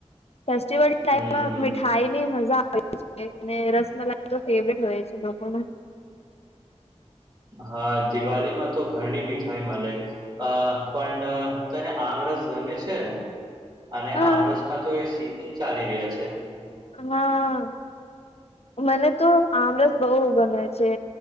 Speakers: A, on the left; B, on the right.
A: ફેસ્ટિવલ <unintelligible>
B: હમ હમ
A: મીઠાઈ ની મજા આવે છે, અને રસમલાઈ તો ફેવટ હોય છે, લોકો
B: હા દિવાલીમાં તો ઘણી મીઠાઈ મલે અ પણ તને આમરસ ગમે છે? અને
A: હા
B: આમરસ ના તો એ સિઝન ચાલી રહ્યા છે.
A: હા મને તો આમરસ બો ગમે છે.